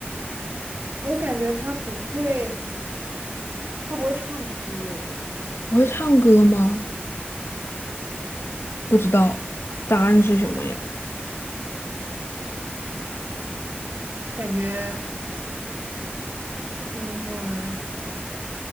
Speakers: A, on the right; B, on the left.
A: 我感觉她不会，她不会唱歌，
B: 不会唱歌吗？不知道，答案是什么呀？
A: 感觉等会儿